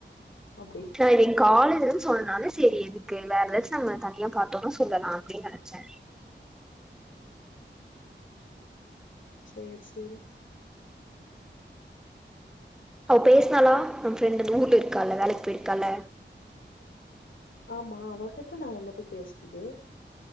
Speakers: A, on the left; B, in the centre.
A: அப்டின்
B: நா எது எங் காலேஜ்லன் சொன்னால செரி த்திங்லா எதச்சு நம்ம தனியா பாத்தோன்னொ சொல்லலா அப்டின் நெனச்செ
A: சேர் செரி
B: அவ பேஸ்னாலா நம் ஃப்ரெண்டு தூத் இர்க்கால்ல வேலைக் பெயிர்கால்ல
A: ஆம்மா அவகிட்ட நா என்னத்த பேஸ்றது